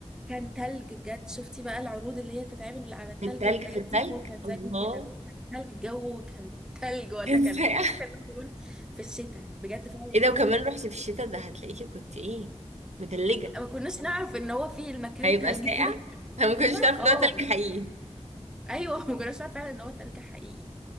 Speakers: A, in the centre; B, on the right.
A: كان تلج بجد شفتي بقى العروض اللي هي بتتعمل على التلج
B: في التلج
A: والحاجات
B: في التلج
A: دي هو كان
B: الله
A: زي كده تلج الجو كان تلج وقتها
B: <laughs> كان
A: كان
B: ساقع
A: <laughs> كان في الشتاء بجد فعلا
B: ايه
A: الجو
B: ده وكمان
A: كان
B: رحتي في الشتاء ده هتلاقيكي كنت ايه متلجة
A: ما كناش نعرف ان هو في المكان
B: هيبقى
A: تلجي
B: ساقع
A: كده
B: <laughs> انا ما كنتش
A: فاهمة
B: تعرف
A: اه
B: ان هو تلج حقيقي
A: ايوه ما كناش نعرف فعلا ان هو تلج حقيقي